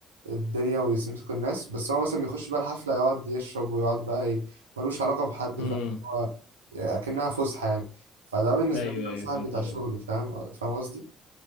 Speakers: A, on the right; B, on the left.
A: الدنيا ويمسك الناس بس هو مثلا بيخش بقى الحفلة يقعد يشرب ويقعد بقى ي... ملوش علاقة بحد
B: هم
A: فاهم هو يعني أكنها فسحة يعني فده بالنسبة
B: ايوه
A: لي ده
B: ايوه
A: صاحب
B: فهمت
A: بتاع
B: قصدك.
A: شغل فاهم فاهم قصدي؟